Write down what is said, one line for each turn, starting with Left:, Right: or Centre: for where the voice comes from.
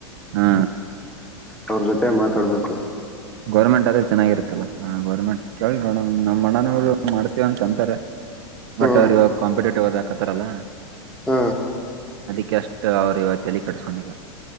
Right: ಹಾ
Centre: ಅವ್ರ್ ಜೊತೆ ಮಾತಾಡ್ಬೇಕು.
Right: ಗೋರ್ಮೆಂಟ್ ಅದ್ರೆ ಚೆನ್ನಾಗಿರ್ತ್ತಲ್ಲ ಹ ಗೋರ್ಮೆಂಟ್ ಕೇಳ್ ನೋಡಣ್ ನಮ್ಮ್ ಅಣ್ಣನವರು ಮಾಡ್ತೀವ್ ಅಂತ್ ಅಂತಾರೆ.
Centre: ಹಾ
Right: ಬಟ್ ಅವ್ರ ಇವ ಕಂಪಿಟೇಟಿವ್ ಓದಾಕ. ತಾರಲ್ಲ
Centre: ಹ್ಮ
Right: ಅದಕ್ಕೆ ಅಷ್ಟು ಅವ್ರು ಇವ ತಲಿ ಕಡಿಸಕೊಂಡಿಲ್ಲ.